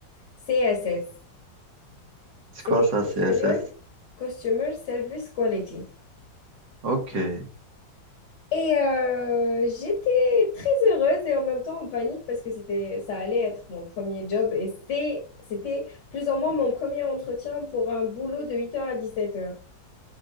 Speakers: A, on the left; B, on the right.
A: CSS.
B: C'est
A: C'est
B: quoi ça,
A: Customer,
B: CSS?
A: Customer Service Quality.
B: OK.
A: Et euh, j'étais très heureuse et en même temps en panique parce que c'était, ça allait être mon premier job et c'est, c'était plus ou moins mon premier entretien pour un boulot de huit heures à 17h.